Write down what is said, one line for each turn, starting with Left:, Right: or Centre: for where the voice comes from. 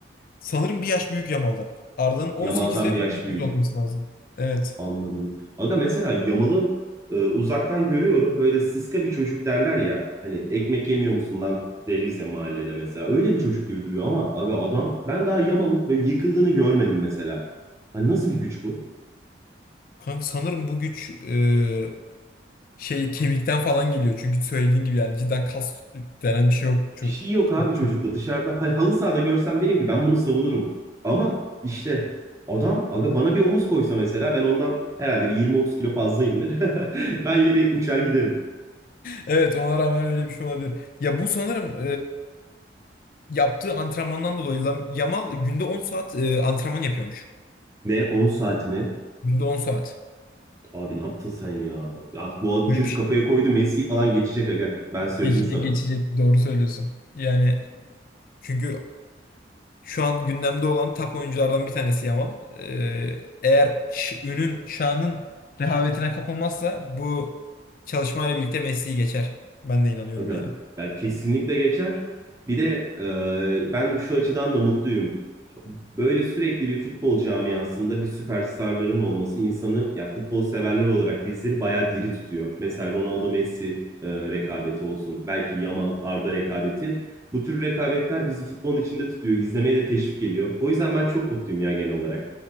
Left: Sanırım bir yaş büyük Yamal'dan. Arda'nın 18
Right: Yamal'dan
Left: veya
Right: bir
Left: 19
Right: yaş büyük.
Left: olması lazım. Evet.
Right: Anladım. Aga mesela Yamal'ı e, uzaktan görüyorum. Böyle sıska bir çocuk derler ya. Hani ekmek yemiyor musun lan deriz ya mahallede mesela. Öyle bir çocuk gibi duruyor ama aga adam ben daha Yamal'ın böyle yıkıldığını görmedim mesela. Hani nasıl bir güç bu?
Left: Kanka sanırım bu güç e, şey kemikten falan geliyor. Çünkü söylediğin gibi yani cidden kas denen bir şey yok. Çö-
Right: Bir şey yok abi
Left: çok
Right: çocukla
Left: çocuk. <laughs>
Right: dışarıda. Hay, halı sahada görsem derim ki ben bunu savunurum. Ama işte adam aga bana bir omuz koysa mesela ben ondan herhalde bir 20-30 kilo fazlayımdır. <laughs> Ben yere uçar giderim.
Left: Evet ona rağmen öyle bir şey olabilir. Ya bu sanırım e, yaptığı antrenmandan dolayı Lam- Yamal günde 10 saat e, antrenman yapıyormuş.
Right: Ne on saat mi?
Left: Günde 10 saat.
Right: Abi ne yaptın sen ya? Ya bu, bu
Left: Böyle
Right: çocuk
Left: bir şey
Right: kafaya koydu Messi falan geçecek aga. Ben söyleyeyim
Left: geçecek
Right: sana.
Left: geçecek. Doğru söylüyorsun. Yani çünkü şu an gündemde olan top oyunculardan bir tanesi Yamal. Ee, eğer ş- ünün, şanın rehavetine kapılmazsa bu çalışmayla birlikte Messi'yi geçer. Ben de inanıyorum
Right: Aga,
Left: yani.
Right: ya kesinlikle geçer. Bir de e, ben şu açıdan da mutluyum. Böyle sürekli bir futbol camiasında bir süperstarların olması insanı ya futbol severler olarak bizleri bayağı diri tutuyor. Mesela Ronaldo Messi e, rekabeti olsun. Belki Yamal Arda rekabeti. Bu tür rekabetler bizi futbolun içinde tutuyor. izlemeye de teşvik ediyor. O yüzden ben çok mutluyum ya genel olarak.